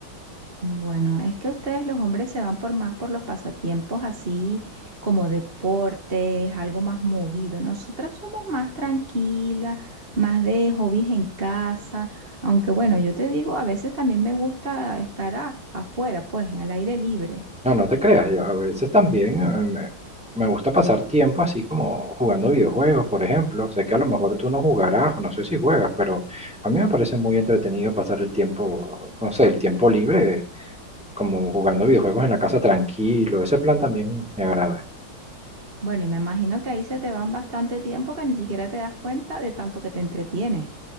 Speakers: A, on the right (about 30°); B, in the centre.
A: Bueno, es que ustedes los hombres se van por más por los pasatiempos así como deportes, algo más movido. Nosotras somos más tranquilas, más de hobbies en casa, aunque bueno, yo te digo, a veces también me gusta estar a- afuera, pues, al aire libre.
B: No, no te creas, yo a veces también eh, me, me gusta pasar tiempo así como jugando videojuegos, por ejemplo. Sé que a lo mejor tú no jugarás, o no sé si juegas, pero a mí me parece muy entretenido pasar el tiempo, no sé, el tiempo libre como jugando videojuegos en la casa tranquilo. Ese plan también me agrada.
A: Bueno, y me imagino que ahí se te van bastante tiempo que ni siquiera te das cuenta de tanto que te entretienes.